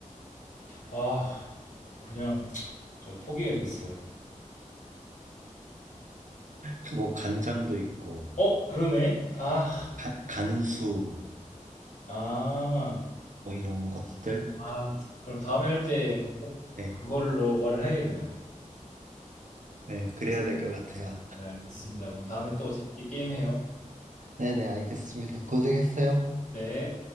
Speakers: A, on the left; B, on the right.
A: 아, 그냥 저 포기해야겠어요.
B: 그뭐 간장도 있고,
A: 어, 그러네. 아,
B: 간, 간수,
A: 아,
B: 뭐 이런 것들.
A: 아. 그럼 다음에 할 때
B: 네.
A: 그걸로 말을 해야겠네요.
B: 네. 그래야
A: 알겠-
B: 될 것 같아요.
A: 네, 알겠습니다. 그럼 다음에 또 재밌게 게임해요.
B: 네네, 알겠습니다. 고생했어요.
A: 네.